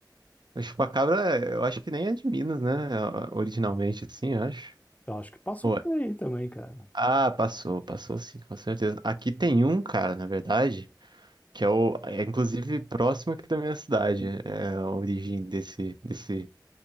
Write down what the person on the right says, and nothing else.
A chupacabra, eu acho que nem é de Minas, né? Originalmente, assim, eu acho.
Ou
é?
Ah, passou, passou sim, com certeza. Aqui tem um, cara, na verdade, que é o, é inclusive próximo aqui da minha cidade. É a origem desse, desse,